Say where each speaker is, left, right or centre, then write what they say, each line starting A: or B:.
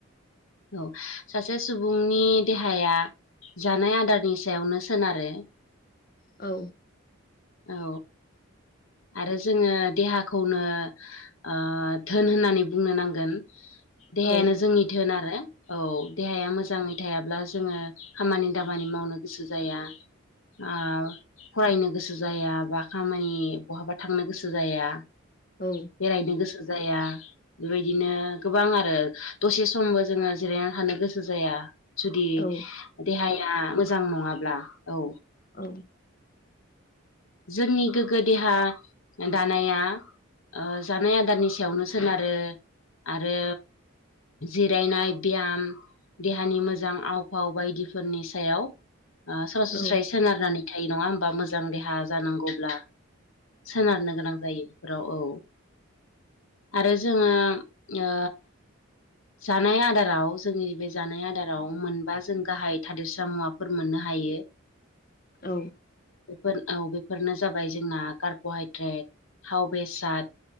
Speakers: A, on the left (about 70°); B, on the left (about 40°).
A: औ सासे सुबुंनि देहाया जानाय आदारनि सायावनो सोनारो।
B: औ।
A: औ। आरो जोङो देहाखौनो ओ धोन होननानै बुंनो नांगोन। देहायानो
B: औ
A: जोंनि धोन आरो। औ देहाया मोजाङै थायाब्ला जोङो खामानि दामानि मावनो गोसो जाया। ओ फरायनो गोसो जाया बा खामानि बहाबा थांनो गोसो जाया।
B: औ।
A: बेरायनो गोसो जाया। बेबायदिनो गोबां आरो दसे समबो जोङो जिरायनानै थानो गोसो जाया। जुदि
B: औ
A: देहाया मोजां नङाब्ला औ।
B: औ
A: जोंनि गोग्गो देहा दानाया ओ जानाय आदारनि सायावनो सोनारो आरो जिरायनाय, बियाम, देहानि मोजां आव फाव बायदिफोरनि सायाव। सरासनस्रायै
B: औ
A: सोनारनानै थायो नङा होमबा मोजां देहा जानांगौब्ला सोनारनो गोनां जायो बेफोराव औ। आरो जोङो, ओ जानाय आदाराव जोंनि बे जानाय आदाराव मोनबा जों गाहाय थादेरसा मुवा फोर मोननो हायो।
B: औ
A: बेफोर औ बे फोरनो जाबाय जोंना कार्बहाइद्रेट, थाव बेसाद,